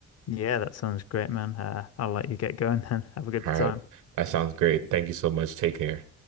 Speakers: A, on the left; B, on the right.
A: Yeah, that sounds great, man. Uh, I'll let you get going then. <laughs> Have a good
B: All
A: time.
B: right. That sounds great. Thank you so much. Take care.